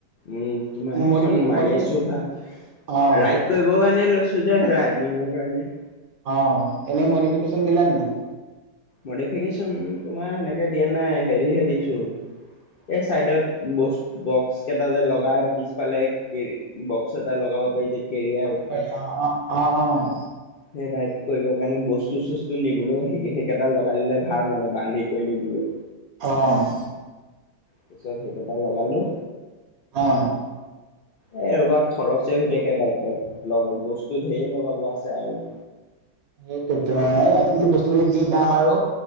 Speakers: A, on the left; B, on the right.
A: উম তোমাৰ এখন
B: মডিফি
A: মাইলেছো
B: মডিফি
A: ভা
B: অ
A: ৰাইড কৈব- টো কাৰণে লৈছো যে ৰাইডিঙৰ কাৰণে।
B: অ এনেই মডিফিকেশ্যন দিলা নে নাই?
A: মডিফিকেশ্যন তোমাৰ সেনেকে দিয়া নাই হেৰিহে দিছো এই চাইডত বৌছ বক্সকেইটা যে লগাই পিছ- ফালে কেৰ বক্স এটা লগাব পাৰি যে কেৰিয়াৰ
B: পাৰি
A: উঠা
B: পাৰি অ, অ, অ, অ।
A: সেই গাইড কৰিবৰ কাৰণে বস্তু চস্তু নিবলৈও সেইকেইটা লগাই ল'লে ভাল মানে বান্ধি কৈ নিবলৈ।
B: অ। <inaudible>
A: পিছত সেইকেইটা লগালো।
B: অ।
A: এ ৰবা খৰচে হৈ থাকে বাইকত লগ বস্তু ধেইৰ লগাব আছে আৰু।
B: সেইটোৱেইতো আজিকালি বস্তুবিলাক যি দাম আৰু